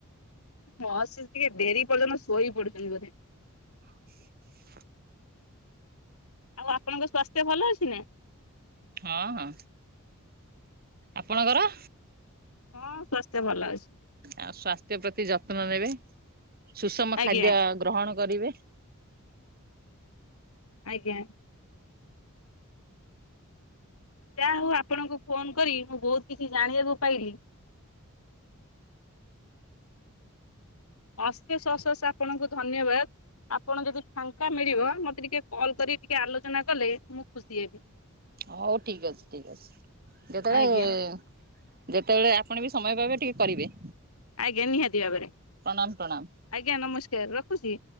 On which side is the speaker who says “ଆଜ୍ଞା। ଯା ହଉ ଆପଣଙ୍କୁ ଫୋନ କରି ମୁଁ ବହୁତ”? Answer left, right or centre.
Left